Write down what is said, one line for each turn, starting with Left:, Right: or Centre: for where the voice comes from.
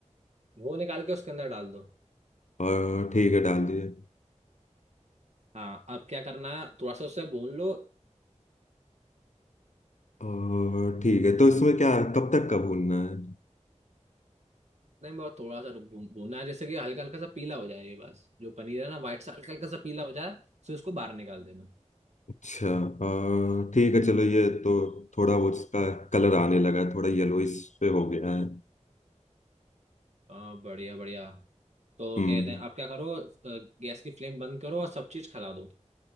Right: वो निकाल के उसके अंदर डाल दो
Left: और ठीक है डाल दिए
Right: हाँ अब क्या करना है थोड़ा सा उससे भून लो
Left: और ठीक है तो इसमें क्या कब तक का भूनना है
Right: नहीं बहुत थोड़ा सा भून- भूनना है जैसे कि हल्का हल्का सा पीला हो जाए ये बस जो पनीर है ना व्हाइट सा हल्का हल्का सा पीला हो जाए तो इसको बाहर निकाल देना
Left: अच्छा और ठीक है चलो ये तो थोड़ा वो इसका कलर आने लगा है थोड़ा येलोइश पे हो गया है
Right: हाँ बढ़िया बढ़िया तो
Left: हम्म
Right: क्या कहते हैं आप क्या करो अ, गैस की फ्लेम बंद करो और सब चीज खिला दो